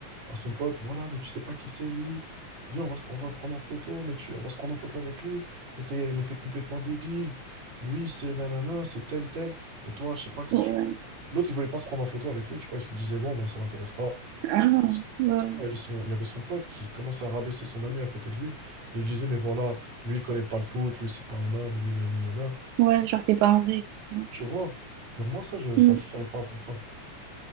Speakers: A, on the right; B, on the right.
A: à son pote, voilà, mais tu sais pas qui c'est lui, viens, on va se, on va le prendre en photo, mais tu, on va se prendre en photo avec lui, mais t'es, mais t'es complètement débile, lui c'est nanana, c'est tel tel, et toi, je sais pas, qu'est-ce
B: Ouais.
A: que tu fais. L'autre, il voulait pas se prendre en photo avec lui, tu vois, il se disait, bon, moi, ça m'intéresse pas.
B: Ah,
A: Je pense-
B: ouais.
A: je sais pas, il, son- il y avait son pote qui commençait à rabaisser son ami à côté de lui, et il lui disait, mais voilà, lui, il connaît pas le foot, lui, c'est pas un homme, lui, nani nana.
B: Ouais, genre, c'est pas un vrai. etc.
A: Tu vois, genre, moi, ça, je, ça
B: Mm.
A: aussi, j'arrive pas à comprendre.